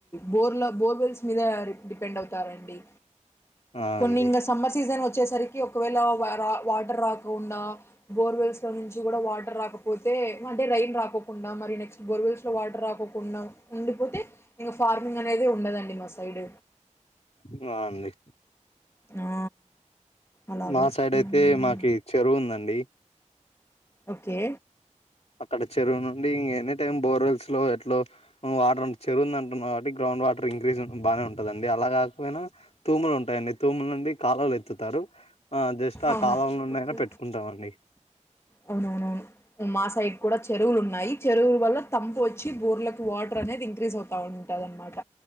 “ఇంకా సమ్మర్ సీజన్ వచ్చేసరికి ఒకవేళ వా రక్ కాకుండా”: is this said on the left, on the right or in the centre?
Left